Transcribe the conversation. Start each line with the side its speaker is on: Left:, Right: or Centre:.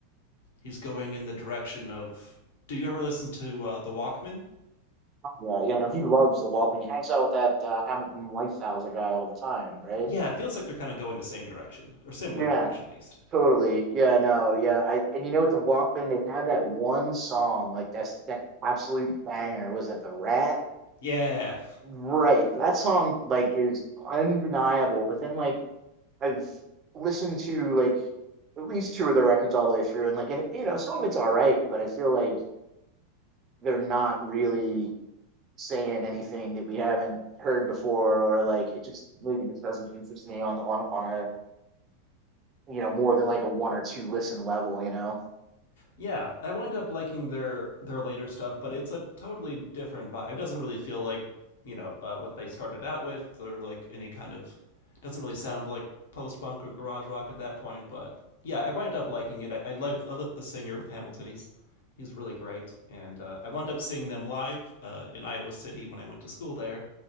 Left: he's going in the direction of. Did you ever listen to uh, the Walkman?
Right: Yeah, yeah, no, he loves the Walkman. He hangs out with that uh, Hamilton Lighthouser guy all the time, right?
Left: Yeah, it feels like they're kind of going the same direction or similar
Right: Yeah,
Left: direction at least.
Right: totally. Yeah, no, yeah. I and you know what the Walkman, they have that one song, like that's that absolute banger. Was that the Rat?
Left: Yeah,
Right: Right. That song like is undeniable. But then like I've listened to like at least two of their records all the way through, and like it, you know, some of it's all right, but I feel like they're not really saying anything that we haven't heard before, or like it just maybe just doesn't interest me on the on on a you know more than like a one or two listen level, you know.
Left: Yeah, I wind up liking their their later stuff, but it's a totally different vibe. It doesn't really feel like you know uh, what they started out with, or like any kind of. It doesn't really sound like post punk or garage rock at that point, but yeah, I wind up liking it. I, I love I love the singer of Hamilton. He's he's really great, and uh, I wound up seeing them live uh, in Iowa City when I went to school there,